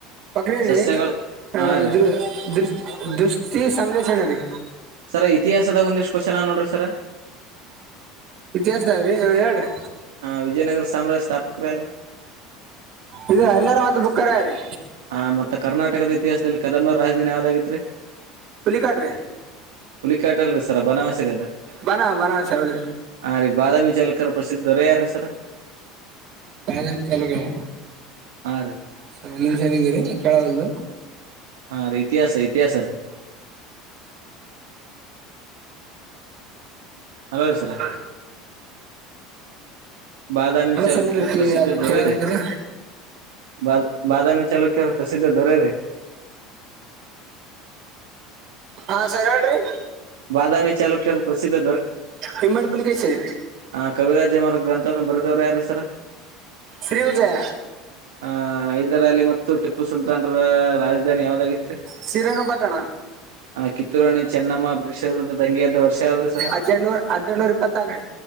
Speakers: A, on the right; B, on the right.
A: ಬಕ್ರೀ
B: ಸಸ್ಯಗಳು
A: ರೀ ಆ
B: ಹಾ ರೀ
A: ಇದ್ರು ದೃಷ್ ದೃಷ್ಟಿ ಸಂಲೇಷಣೆ ರೀ.
B: ಸರ ಇತಿಹಾಸದ ಒಂದಿಷ್ಟ ಕ್ವೆಶ್ಚನ್ ಅವ್ ನೋಡ್ರಿ ಸರ.
A: ಇತಿಹಾಸಾವ್ರಿ ಆ ಹೇಳ್ರಿ
B: ಹಾ ವಿಜಯನಗರ ಸಾಮ್ರಾಜ್ಯದ್ ಸ್ಥಾಪಕರ್ ಯಾರ್ರೀ.
A: ಇದು ಹರಿಹರ ಮತ್ತು ಬುಕ್ಕರಾಯ್ರಿ
B: ಹ ಮತ್ತ ಕರ್ನಾಟಕದ ಇತಿಹಾಸದಲ್ಲಿ ಕದಂಬರ್ ರಾಜಧಾನಿ ಯಾವ್ದಾಗಿತ್ರಿ
A: ಪಿಲ್ಲಿಕಾಡ್ರಿ
B: ಹುಲಿಕಾಟಲ್ರಿ ಸರ ಬನವಾಸಿರಿ ಅದು
A: ಬನ ಬನಾರಸ್ ಹೌದ್ರಿ
B: ಹ ರೀ ಬಾದಾಮಿ ಚೌಲುಕ್ಯರ ಪ್ರಸಿದ್ಧ ದೊರೆ ಯಾರೀ ಸರ.
A: ಬಾದಾಮಿ ಚಾಲುಕ್ಯರ
B: ಹಾ ರೀ
A: ಸರ್ ಒಂದ್ ನಿಮಿಷ ಇರ್ರಿ ಕೇಳವಲ್ದು.
B: ಹಾಂ ರೀ ಇತಿಹಾಸ ಇತಿಹಾಸ ರೀ ಅಲ್ಲ
A: ಹಲೋ
B: ರೀ ಸರ
A: ಅ
B: ಬಾದಾಮಿ
A: ಅಲ್ಲ
B: ಚಾಲುಕ್ಯರ
A: ಸರ್ ನಿಂದ್ರಿ ಕಿ
B: ಪ್ರಸಿದ್ಧ
A: ಅದು
B: ದೊರೆರಿ
A: ಕೇಳವಲ್ದು ರೀ
B: ಬ ಬಾದಾಮಿ ಚಾಲುಕ್ಯರ ಪ್ರಸಿದ್ಧ ದೊರೆರಿ
A: ಹಾ ಸರಿ ಹೇಳ್ರೀ
B: ಬಾದಾಮಿ ಚಾಲುಕ್ಯರ ಪ್ರಸಿದ್ಧ
A: ಹಿಮ್ಮಡ್ ಪುಲಿಕೇಶಿರಿ
B: ಹ ಕವಿರಾಜ್ಯಮಾರ್ಗ್ ಗ್ರಂಥವನ್ನು ಬರೆದವ್ರು ಯಾರ್ರೀ ಸರ.
A: ಶ್ರೀ ವಿಜಯ
B: ಆ ಹೈದರ್ ಅಲಿ ಮತ್ತು ಟಿಪ್ಪು ಸುಲ್ತಾನ್ರ ರಾ ದಾನಿ ಯಾವ್ದಾಗಿತ್ರಿ
A: ಶ್ರೀರಂಗಪಟ್ಟಣ
B: ಆ ಕಿತ್ತೂರಾಣಿ ಚೆನ್ನಮ್ಮ <unintelligible> ವಿರುದ್ಧ ದಂಗೆ ಎದ್ದ ವರ್ಷ ಯಾವದ್ರಿ ಸರ.
A: ಹದಿನೆಂಟ್ನೂರ ಹದಿನೆಂಟ್ನೂರ ಇಪ್ಪತ್ನಾಲ್ಕು